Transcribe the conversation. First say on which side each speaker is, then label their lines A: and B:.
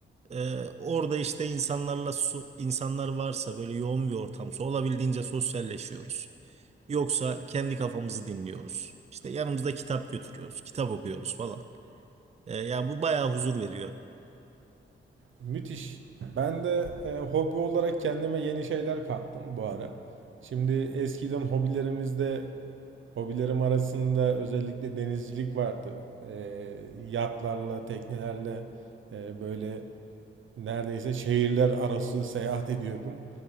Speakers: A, on the right (about 30°); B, on the right (about 75°).
A: Ee, orada işte insanlarla su, insanlar varsa böyle yoğun bir ortamsa olabildiğince sosyalleşiyoruz. Yoksa kendi kafamızı dinliyoruz. İşte yanımızda kitap götürüyoruz, kitap okuyoruz falan. Ee, ya bu bayağı huzur veriyor.
B: Müthiş. Ben de e, hobi olarak kendime yeni şeyler kattım bu ara. Şimdi eskiden hobilerimizde hobilerim arasında özellikle denizcilik vardı. E, yatlarla, teknelerle e, böyle neredeyse şehirler arası seyahat ediyordum.